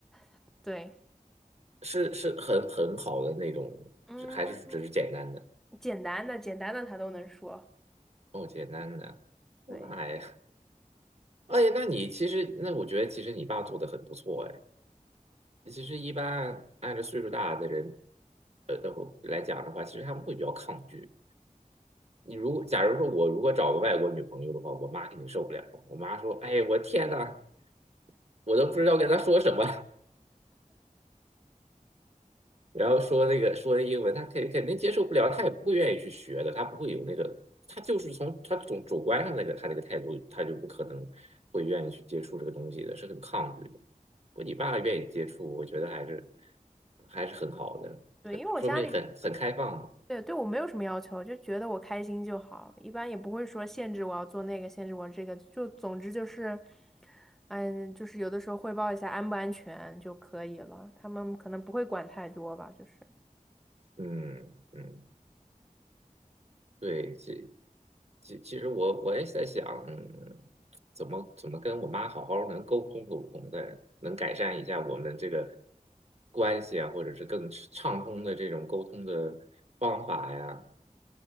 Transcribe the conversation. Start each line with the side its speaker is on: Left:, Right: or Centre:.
Centre: <laughs> 对，
Right: 是是很很好的那种，
Centre: 嗯，
Right: 是还是只是简单的？
Centre: 简单的简单的他都能说，
Right: 哦，简单的，哦，
Centre: 对
Right: 那还哎，那你其实，那我觉得其实你爸做的很不错哎。其实一般按照岁数大的人，呃，然后来讲的话，其实他们会比较抗拒。你如果假如说我如果找个外国女朋友的话，我妈肯定受不了。我妈说：“哎，我天呐，我都不知道跟她说什么。”然后说那个说英文，他肯肯定接受不了，他也不会愿意去学的，他不会有那个，他就是从他总主观上那个他那个态度，他就不可能会愿意去接触这个东西的，是很抗拒的。我你爸愿意接触，我觉得还是还是很好的，
Centre: 对，
Right: 很说明很很开放嘛
Centre: 因为我家里对，对我没有什么要求，就觉得我开心就好，一般也不会说限制我要做那个，限制我这个，就总之就是，嗯，就是有的时候汇报一下安不安全就可以了，他们可能不会管太多吧，就是，
Right: 嗯嗯，对，这其其实我我也在想，嗯，怎么怎么跟我妈好好能沟通沟通的，能改善一下我们这个关系啊，或者是更畅通的这种沟通的方法呀，